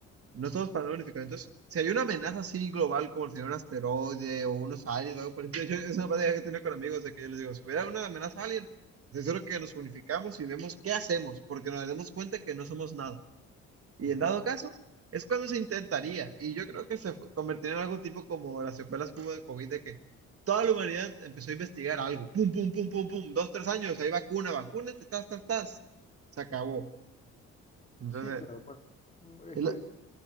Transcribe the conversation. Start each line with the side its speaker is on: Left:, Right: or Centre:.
Right: No estamos para nada unificados. Entonces, si hay una amenaza así global, como sería un asteroide o unos aliens, o algo por el estilo, yo- es una plática que he tenido con amigos de que yo les digo, si hubiera una amenaza alien, estoy seguro que nos unificamos y vemos qué hacemos, porque nos damos cuenta que no somos nada. Y
Left: Ujú.
Right: en dado caso, es cuando se intentaría. Y yo creo que se fu- convertiría en algo tipo como las secuelas que hubo de COVID, de que toda la humanidad empezó a investigar algo. Pum, pum, pum, pum, pum. Dos, tres años, hay vacuna, vacunas tas, tas, tas. Se acabó. Entonces,
Left: Sí, claro, bueno, mm,
Right: es
Left: es que
Right: la-